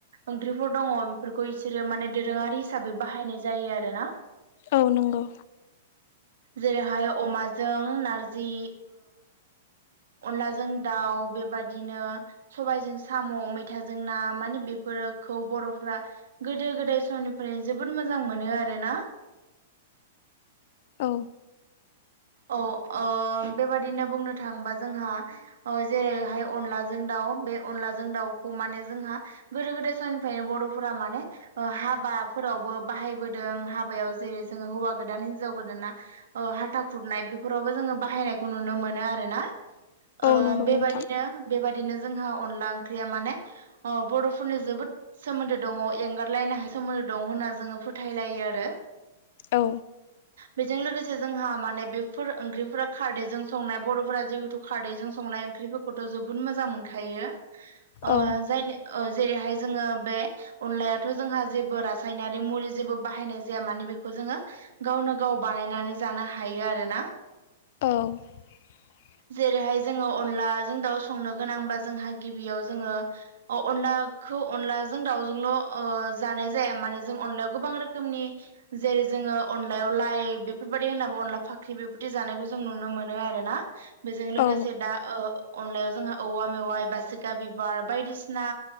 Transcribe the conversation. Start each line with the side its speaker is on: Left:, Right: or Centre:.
Right: ओंख्रिफोर दङ बेफोरखौ बिसोरो माने दोरोङारि हिसाबै बाहायनाय जायो आरो ना
Left: औ नंगौ
Right: जेरैहाय अमाजों नारजि अनलाजों दाउ बेबादिनो सबाइजों साम' मैथाजों ना माने बेफोर रो खौ बर'फोरा गोदो गोदाय समनिफ्राय जोबोद मोजां मोनो आरोना <inaudible>
Left: औ
Right: औ ओ बेबादिनो बुंनो थाङोबा जोंहा जेरैहाय अनलाजों दाउ आव बे अनलाजों दाउखौ माने जोंहा गोदो गोदाय समनिफ्रायनो बर'फोरा माने ओ हाबा फोरावबो बाहायबोदों हाबायाव जेरै जोङो हौवा गोदान हिनजाव गोदाना हाथा खुरनाय बेफोरावबो जोङो बाहायनायखौ नुनो मोनो आरोना ओ
Left: औ नंगौ
Right: बेबादिनो
Left: नोंथां
Right: बेबादिनो जोंहा अनला ओंख्रिया माने बर'फोरजों जोबोद सोमोनदो दङ एंगारलायनो हायै सोमोन्दो दं होनना जोङो फोथायलायो आरो
Left: औ
Right: बेजों लोगोसे जोंहा माने बेफोर ओंख्रिफोरा खारदैजों संनाय बर'फोरा जिहेथु खारदैजों संनाय ओंख्रिफोरखौथ जोबोद मोजां मोन खायो ओ
Left: औ
Right: जायनि ओ जेरैहाय जोङो बे अनलायाथ जोंहा जेबो रासायनारि मुलि जेबो बाहायनाय जाया माने बेखौ जोङो गावनो गाव बानायनानै जानो हायो आरोना
Left: औ
Right: जेरैहाय जोङो अनलाजों दाउ संनो गोनांबा जोंहा गिबियाव जोङो ओ अनला खौ अनलाजों दाउजोंल' जानाय जाया माने जों अनलायाव गोबां रोखोमनि जेरै जोङो अनलायाव लाइ बेफोरबायदि होनाबो अनला फाख ख्रि बेबादि जानायखौ जों नुनो मोनो आरो ना बेजों लोगोसे
Left: औ
Right: दा ओ अनलायाव जोंहा औवा मेवाइ बासिगा बिबार बायदिसिना